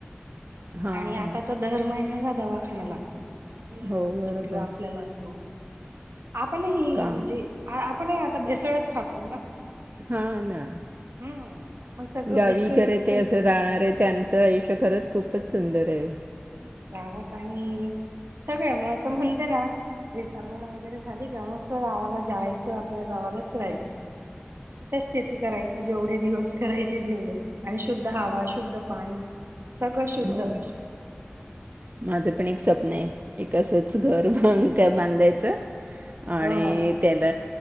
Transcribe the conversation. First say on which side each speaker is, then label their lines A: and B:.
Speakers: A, on the right; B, on the right.
A: हां,
B: आणि आ तर दर महिन्याला दवाखाना लागतो. मुलांना
A: हो
B: असो
A: बरोबर.
B: किंवा आपल्याला असो. आपण ह
A: का
B: म्हणजे आपणही आता भेसळच खातोय ना.
A: हा ना
B: हम्म आपण सगळं
A: गावीकरे
B: भेसळयुक्तच
A: ते असं राहणार आहे त्यांचं आयुष्य खरंच खूपच सुंदर आहे.
B: हम्म गावात आणि सगळे म तर म्हणते ना रिटायरमेंट वगैरे झाली का, मस्त गावाला जायचं आपल्या गावात. य तथच शेती करायची जेवढे दिवस करायची. तेवढ आणि शुद्ध हवा शुद्ध पाणी सगळं शुद्ध
A: हो. माझं पण एक स्वप्न आहे एक आसच घर ह बांधायचं.
B: हो
A: आणि
B: ना
A: त्याला